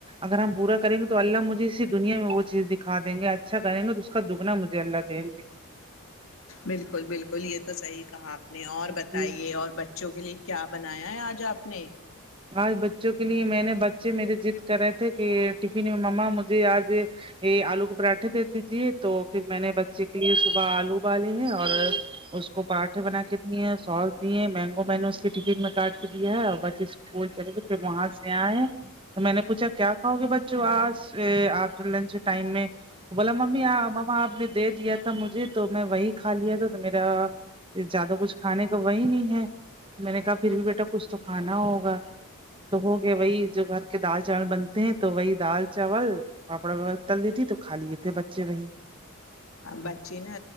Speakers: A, on the right; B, on the left.
A: اگر ہم پورا کریں گے تو اللہ مجھے اسی دنیا میں وہ چیز دکھا دیں گے اچھا کریں گے تو اس کا دگنا مجھے اللہ دیں گے
B: بالکل بالکل یہ تو صحیح کہا آپ نے اور
A: جی
B: بتائیے اور بچ چوں کے لیے کیا بنایا ہے آج آپ نے
A: آج بچوں کے لیے میں نے بچے میرے ضد کر رہے تھے کہ ٹفن میں مما مجھے آج یہ آلو کے پراٹھے دے دیجیے تو پھر میں نے بچے کے لیے صبح آلو ابالے ہیں اور اس کو پراٹے بنا کے دیے ہیں سوس دیے ہیں مینگو میں نے اس کی ٹفن میں کاٹ کے دیا ہے اور بس اس بول چلے کے پھر وہاں سے آئے تو میں نے پوچھا کیا کھاؤ گے بچوں آج آپ جو لنچ ٹائم میں بولا ممی مما آپ نے دے دیا تھا مجھے تو میں وہی کھالیا تھا تو میرا زیادہ کچھ کھانے کا وہی نہیں ہے میں نے کہا پھر بھی بیٹا کچھ تو کھانا ہوگا تو ہوگیا وہی جو گھر کے دال چاول بنتے ہیں تو وہی دال چاول پاپڑ تل دی تھی تو کھا لیے تھے بچے وہی
B: بچے نا